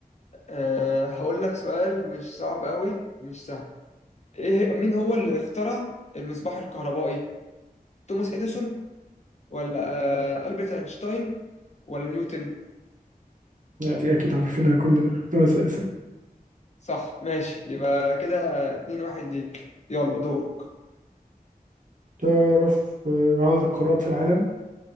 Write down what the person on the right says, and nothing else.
يعني دي اكيد عارفينها كلنا <laughs> طب اسأل اسأل
تعرف آه، عدد القارات في العالم